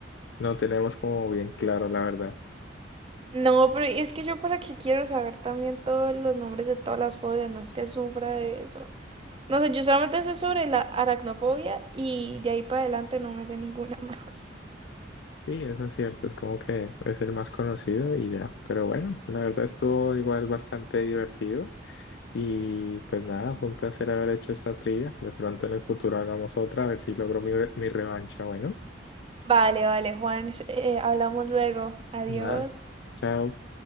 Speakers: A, on the left; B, on the right.
A: no tenemos como bien claro, la verdad.
B: No, pero es que yo para qué quiero saber también todos los nombres de todas las fobias, no es que sufra de eso. No sé, yo solamente sé sobre la aracnofobia y de ahí para adelante no me sé ninguna <laughs> más.
A: Sí, eso es cierto, es como que es el más conocido y ya. Pero bueno, la verdad estuvo igual bastante divertido. Y pues nada, fue un placer haber hecho esta trivia. De pronto en el futuro hagamos otra, a ver si logro mi, re- mi revancha. Bueno,
B: Vale, vale, Juan, eh, hablamos luego. Adiós.
A: nada, chao.